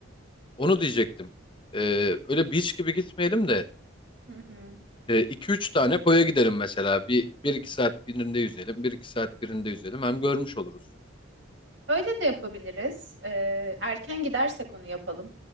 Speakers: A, on the left; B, on the right.
A: Onu diyecektim. Ee, öyle beach gibi gitmeyelim de
B: Hı hı.
A: 2 üç tane koya gidelim mesela. Bir, bir iki saat birinde yüzelim. Bir iki saat birinde yüzelim. Hem görmüş oluruz.
B: Öyle de yapabiliriz. Ee, erken gidersek onu yapalım.